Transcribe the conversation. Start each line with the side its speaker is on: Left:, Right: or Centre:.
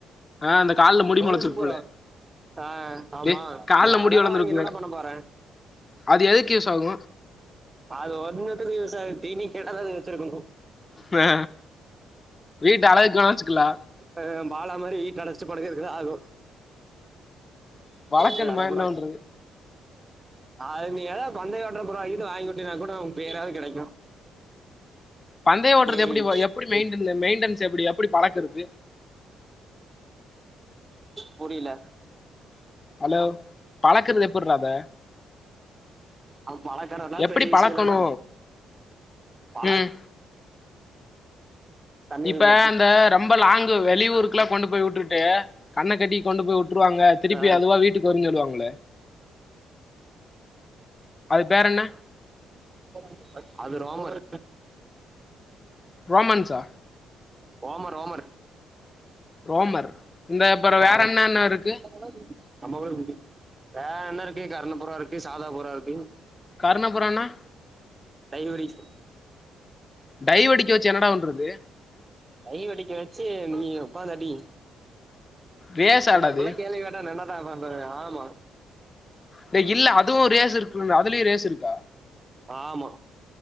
Left: ஆ அந்த கால்ல முடி
Right: கொலுசுபுறா
Left: மொளச்சிருக்கும்ல
Right: ஆ ஆமா
Left: டே கால்ல முடி
Right: அதெல்லா
Left: வளர்ந்துருக்கும்லடா
Right: வாங்கி என்னடா பண்ண போறே
Left: அது எதுக்கு யூஸ் ஆகு
Right: அது ஒன்னுத்துக்கு யூஸ்சாகாது தீனிக் கேடாதா அத வச்சிருக்குணு
Left: மே வீட்டு அழகுக்குனா வச்சுக்குல்லா
Right: அ பாலா மாரி வீட்ட அடச்சுட்டு படுக்கருக்குதா ஆகு
Left: வளக்கணுமா
Right: ஏ அட
Left: என்ன
Right: போடா
Left: பண்றது
Right: அது நீ எதாவுது பந்தயகட்ற புறாகிது வாங்கி வுட்டினா கூட ஓ பேராவுது கெடைக்கு
Left: பந்தைய ஓட்றது
Right: சேரி
Left: எப்பிடி எப்பிடி மெயிண்டன் மெயின்டென்ஸ் எப்பிடி எப்பிடி பழக்கறது
Right: புரில
Left: ஹலோ பழக்கறது எப்புர்றா அத
Right: அவ பழக்கறதெல்லா
Left: எப்பிடி
Right: பெரிய விஷய
Left: பழக்கணு
Right: இல்லடா பழ
Left: ம்
Right: தண்ணில
Left: இப்ப
Right: நெனச்சு
Left: அந்த ரொம்ப லாங்கு வெளியூர்க்குலா கொண்டு போய் உட்டுட்டு கண்ண கட்டி கொண்டு போய் உட்டுருவாங்க திருப்பி
Right: ஆ
Left: அதுவா வீட்டுக் கு வருனு சொல்லுவாங்களே அது பேர் என்ன
Right: <unintelligible> அது ரோமர்
Left: ரோமன்ஸா
Right: ரோமர் ரோமர்
Left: ரோமர் இந்த அப்றோ வேற
Right: ஆமா
Left: என்னன்ன இருக்கு
Right: <inaudible> வேற என்ன இருக்கு கர்ண புறா இருக்கு சாதா புறா இருக்கு
Left: கர்ண புறான்னா
Right: டைவடிக்
Left: டைவடிக்க வெச்சு என்னடாபண்றது
Right: டைவடிக்க வெச்சு நீ உக்காந்தா அடி
Left: ரேஸாடா
Right: எண்டா இப்பில்லா
Left: அது
Right: கேள்வி கேட்டா நா என்னடா பண்றது ஆமா
Left: டேய் இல்ல அதுவு ரேஸ் இருக்குல்ல அதுலயு ரேஸ் இருக்கா
Right: ஆமா